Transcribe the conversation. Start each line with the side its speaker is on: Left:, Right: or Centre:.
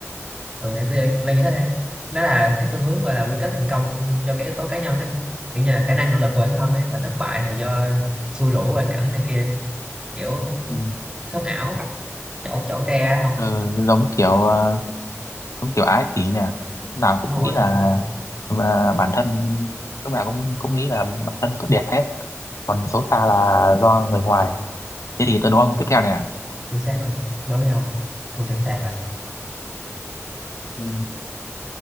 Right: ừ, để tôi tôi lên giải thích đây đó là cái xu hướng gọi là quy kết thành công do cái yếu tố cá nhân ấy kiểu như là khả năng nỗ lực của bản thân ấy và thất bại thì do xui rủi hoàn cảnh này kia kiểu
Left: Ừ.
Right: sống ảo chỗ chỗ tre á không
Left: Ừ, giống kiểu ờ, giống kiểu ái kỷ nhỉ. Lúc nào cũng
Right: đúng rồi
Left: nghĩ
Right: đúng
Left: là
Right: rồi
Left: ờ, bản thân lúc nào cũng cũng nghĩ là bản thân tốt đẹp hết. Còn xấu xa là do người ngoài. Thế thì tôi đố
Right: chính,
Left: ông tiếp theo nè.
Right: chính xác luôn đố đi không tôi sẵn sàng rồi
Left: Ừ.